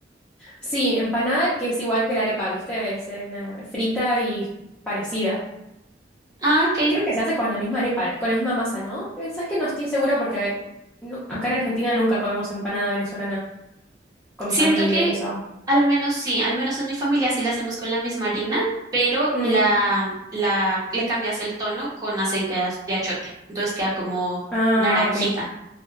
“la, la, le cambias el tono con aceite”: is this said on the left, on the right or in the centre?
Right